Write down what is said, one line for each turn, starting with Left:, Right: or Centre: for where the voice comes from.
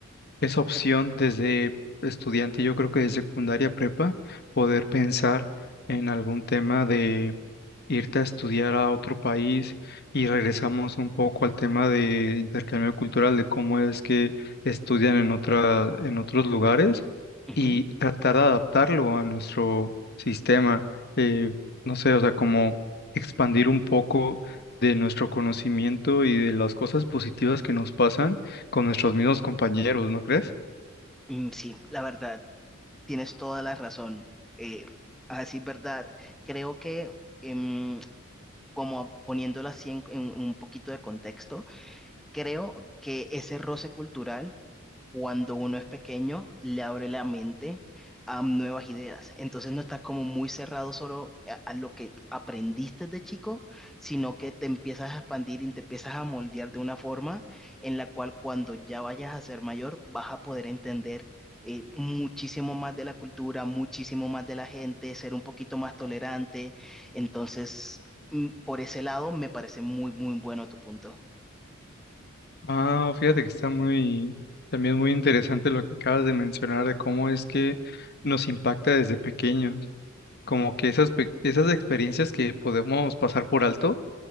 Left: esa opción desde estudiante, yo creo que de secundaria prepa, poder pensar en algún tema irte a estudiar a otro país y regresamos un poco al tema de intercambio cultural, de cómo es que estudian en otra, en otros lugares
Centre: Ujú.
Left: y tratar de adaptarlo a nuestro sistema. eh, no sé, o sea, como expandir un poco de nuestro conocimiento y de las cosas positivas que nos pasan con nuestros mismos compañeros, ¿no crees?
Centre: Mm, Sí, la verdad, tienes toda la razón. Eh, a decir verdad, creo que em, como poniéndolo así en en un poquito de contexto, creo que ese roce cultural cuando uno es pequeño, le abre la mente a nuevas ideas. Entonces no estás como muy cerrado solo a, a lo que aprendiste de chico, sino que te empiezas a expandir y te empiezas a moldear de una forma en la cual cuando ya vayas a ser mayor vas a poder entender. eh, muchísimo más de la cultura, muchísimo más de la gente, ser un poquito más tolerante. Entonces, mm, por ese lado, me parece muy, muy bueno tu punto.
Left: Ah, fíjate que está muy, también muy interesante lo que acabas de mencionar de cómo es que nos impacta desde pequeños, como que esas, pe- esas experiencias que podemos pasar por alto